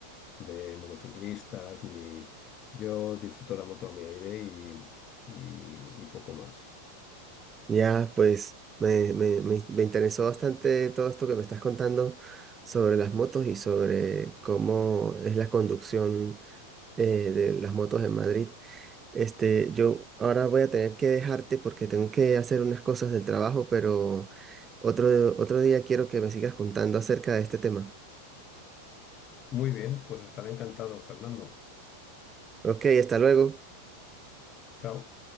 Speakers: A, on the left; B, on the right.
A: de motociclistas, ni yo disfruto la moto a mi aire y, y y poco más.
B: Ya, pues me, me, me, me interesó bastante todo esto que me estás contando sobre las motos y sobre cómo es la conducción eh, de las motos en Madrid. Este, yo ahora voy a tener que dejarte porque tengo que hacer unas cosas del trabajo, pero otro, otro día quiero que me sigas contando acerca de este tema.
A: Muy bien, pues estaré encantado, Fernando.
B: Ok, hasta luego.
A: Chao.